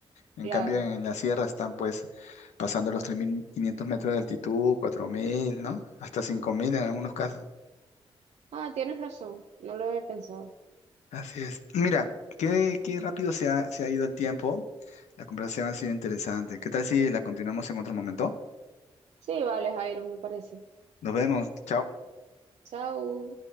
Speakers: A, on the left; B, on the right.
A: En
B: Claro.
A: cambio en la sierra están pues pasando los 3.500 metros de altitud, cuatro mil ¿no? Hasta 5.000 en algunos casos.
B: Ah, tienes razón. No lo había pensado.
A: Así es. Mira, qué, qué rápido se ha, se ha ido el tiempo. La conversación ha sido interesante. ¿Qué tal si la continuamos en otro momento?
B: Sí, vale, Jairo, me parece.
A: Nos vemos. Chao.
B: Chao.